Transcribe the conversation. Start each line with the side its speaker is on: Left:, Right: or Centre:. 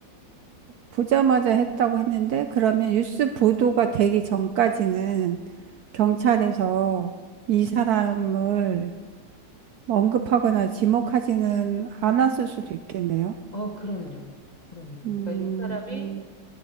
Right: 보자마자 했다고 했는데, 그러면 뉴스 보도가 되기 전까지는 경찰에서 이 사람을 언급하거나 지목하지는 않았을 수도 있겠네요.
Left: 어, 그럼요. 그럼요.
Right: 음,
Left: 그러니까 이 사람이